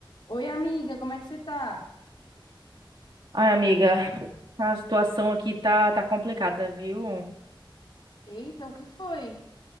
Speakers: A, on the left; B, on the right.
A: Oi, amiga, como é que você tá?
B: Ai, amiga, a situação aqui tá, tá complicada, viu?
A: Eita, o que foi?